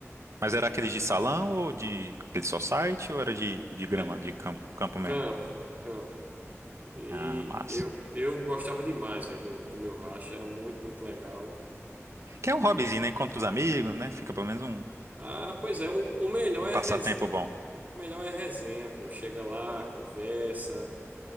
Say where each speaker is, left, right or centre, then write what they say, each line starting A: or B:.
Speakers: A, on the right (about 65°); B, on the right (about 35°).
A: Mas era aqueles de salão ou de aquele society ou era de, de grama,
B: É,
A: de campo, campo mesmo?
B: campo, campo. E
A: Ah, massa.
B: eu, eu gostava demais aí do, do meu racha, era muito, muito legal.
A: Que é um hobbyzinho, né? Encontra os amigos, né? Fica pelo menos um
B: Ah, pois é, o, o melhor
A: um
B: é
A: passatempo
B: a resenha.
A: bom.
B: O melhor é a resenha, pô. Chega lá, conversa